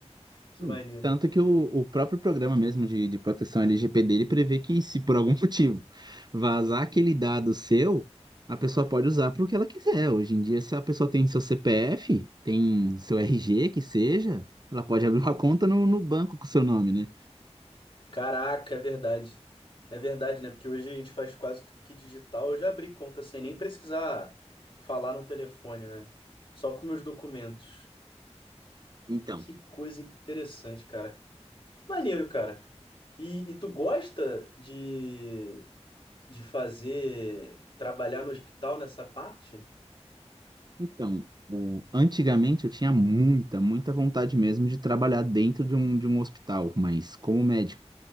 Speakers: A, on the left (about 50°); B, on the right (about 40°).
A: Que
B: Hum.
A: maneiro.
B: Tanto que o, o próprio programa mesmo de, de proteção LGPD, ele prevê que se por algum <laughs> motivo vazar aquele dado seu, a pessoa pode usar para o que ela quiser. Hoje em dia, se a pessoa tem seu CPF, tem seu RG, que seja, ela pode abrir uma conta no, no banco com seu nome, né?
A: Caraca, é verdade. É verdade, né? Porque hoje a gente faz quase tudo que digital. Eu já abri conta sem nem precisar falar no telefone, né? Só com meus documentos.
B: Então,
A: Que coisa interessante, cara. Que maneiro, cara. E, e tu gosta de, de fazer, trabalhar no hospital nessa parte?
B: então, o- antigamente eu tinha muita, muita vontade mesmo de trabalhar dentro de um, de um hospital, mas como médico.